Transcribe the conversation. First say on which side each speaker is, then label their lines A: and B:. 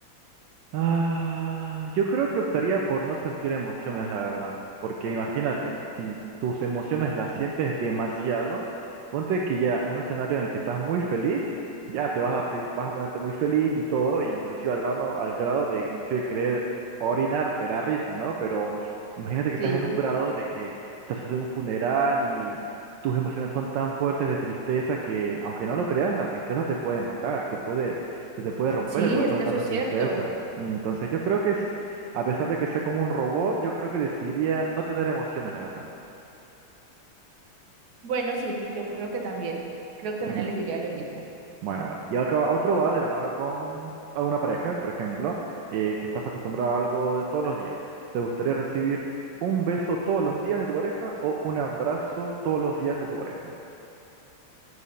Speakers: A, on the right; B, on the right.
A: Ah, yo creo que optaría por no sentir emociones, la verdad. Porque imagínate, si tus emociones las sientes demasiado, ponte que ya en un escenario en el que estás muy feliz, ya te vas a, fel- vas a ponerte muy feliz y todo, e inclusive al grado, al grado de inclusive querer orinarte la risa, ¿no? Pero imagínate que estás
B: Sí.
A: en un grado de que estás en un funeral y tus emociones son tan fuertes de tristeza que, aunque no lo creas, la tristeza te puede matar, te puede se te puede romper
B: Sí,
A: el corazón
B: es que
A: de tanta
B: eso es
A: tristeza.
B: cierto.
A: Mm, Entonces yo creo que es, a pesar de que sea como un robot, yo creo que decidiría no tener emociones, la verdad.
B: Bueno, sí, yo creo que también. Creo que también
A: Mm,
B: elegiría lo mismo.
A: Bueno, bueno. Y acá otro va de la mano con alguna pareja, por ejemplo, eh, que estás acostumbrado a algo de todos los días. ¿Te gustaría recibir un beso todos los días de tu pareja o un abrazo todos los días de tu pareja?